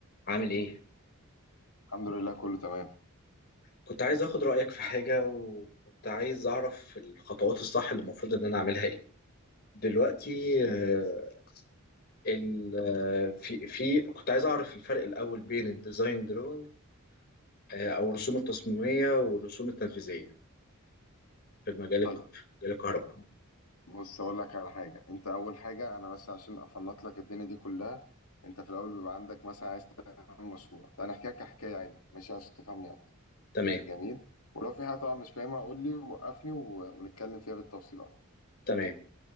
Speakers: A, on the left; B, on the left.
A: عامل ايه؟
B: الحمد لله كله تمام
A: كنت عايز اخد رأيك في حاجة وكنت عايز اعرف الخطوات الصح اللي المفروض ان انا اعملها ايه دلوقتي آه، ال آه، في في كنت عايز اعرف الفرق الاول بين الديزاين دروينج آه، او الرسوم التصميمية والرسوم التنفيذية في المجال الك-
B: طيب
A: في مجال الكهرباء
B: بص اقول لك على حاجه انت اول حاجه انا بس عشان افنط لك الدنيا دي كلها انت في الاول بيبقى عندك مثلا عايز تعمل مشروع طيب، انا احكي لك حكايه عادي ماشي عشان تفهمني اكتر
A: تمام
B: جميل ولو في حاجه طبعا مش فاهمها قول لي وقفني و- ونتكلم فيها بالتفصيل اكتر
A: تمام